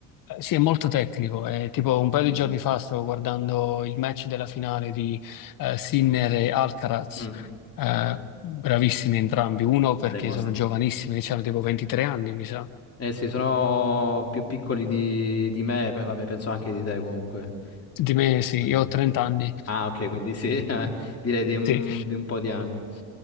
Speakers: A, on the left; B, on the left.
A: Eh, Sì, è molto tecnico. eh, tipo un paio
B: Mm,
A: di giorni fa stavo guardando il match della finale di eh, Sinner e Alcaraz.
B: mm,
A: Eh,
B: ok.
A: bravissimi entrambi, uno perché
B: Dei mostri.
A: sono giovanissimi, che hanno tipo 23
B: Eh,
A: anni, mi sa.
B: eh sì, sono più piccoli di, di me, beh, vabbè, penso anche di te comunque.
A: Di me
B: Più
A: sì,
B: Piccoli
A: io
B: tagli,
A: ho 30
B: sì.
A: anni.
B: Ah, ok, quindi sì, <laughs> eh, direi di un,
A: <laughs> Sì.
B: di un po' di anni.